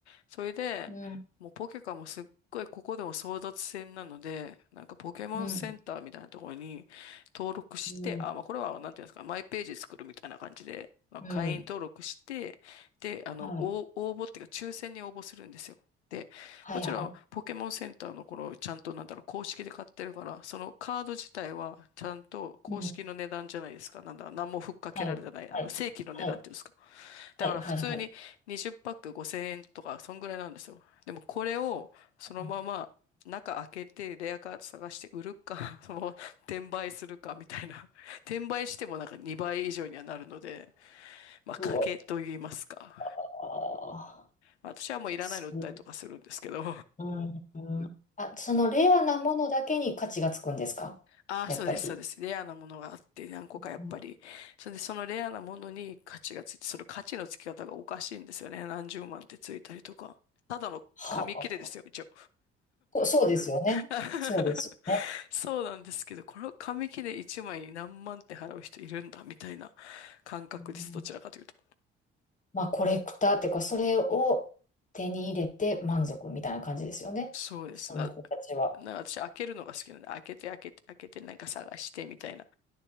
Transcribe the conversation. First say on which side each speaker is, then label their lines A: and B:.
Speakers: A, on the left; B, on the left.
A: それで、
B: うん、
A: もうポケカもすっごいここでも争奪戦なので、なんかポケモンセンターみたいなところに登録して、
B: うん、うん、
A: あ、まあこれはなんていうんですか、マイページ作るみたいな感じで、まあ、
B: うん。
A: 会員登録して、で、あの、
B: はい。
A: 応応募っていうか抽選に応募するんですよ。でもちろん、
B: はい、はい。
A: ポケモンセンターのこの、ちゃんとなんだろう、公式で買ってるから、そのカード自体は、ちゃんと公式の値段じゃないですか。
B: うん。
A: なんだ、何もふっかけられてない、
B: はい。はい。
A: あの、正規の値段っていうんですか。
B: はい。
A: だから普通に20パック5000円とか、
B: はい。はい。はい。
A: そんぐらいなんですよ。でもこれを、そのまま、
B: うん
A: 中開けて、レアカード探して売るか、<laughs> そのまま、転売するか、みたいな。転売してもなんか2倍以上にはなるので、まあ、
B: う
A: 賭けと言いますか。
B: わ
A: まあ私はもういらないの売ったりとかするんですけど。
B: ー、すごい。うん。うんあ、そのレアなものだけに価値がつくんですかやっぱり。
A: ああ、そうです、そうです。レアなものがあって、何個かやっぱり。
B: うん
A: それで、そのレアなものに価値がついて、その価値のつき方がおかしいんですよね。何十万ってついたりとか。ただの紙切れですよ、
B: はあ。
A: 一応。
B: こそうですよね。
A: <laughs>
B: そうですよね。
A: そうなんですけど、この紙切れ一枚に何万って払う人いるんだ、みたいな感覚です。
B: うん
A: どちらかというと。
B: まあ、コレクターっていうか、それを手に入れて満足みたいな感じですよね。
A: そうです。
B: その人たちは。
A: な、なんか私開けるのが好きなので、開けて開けて開けてなんか探してみたいな。